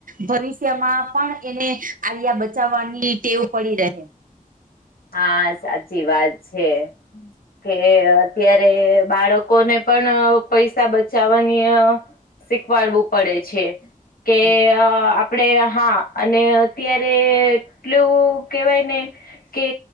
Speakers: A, on the right; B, on the left.
A: ભવિષ્યમાં પણ એને <unintelligible> બચાવવાની ટેવ પડી રહે.
B: હા સાચી વાત છે. કે અત્યારે બાળકોને પણ અ પૈસા બચાવાની અ શીખવાડવું પડે છે કે
A: હમ
B: અ આપ ડે હા, અને અત્યારે એટલું કેવાય ને કે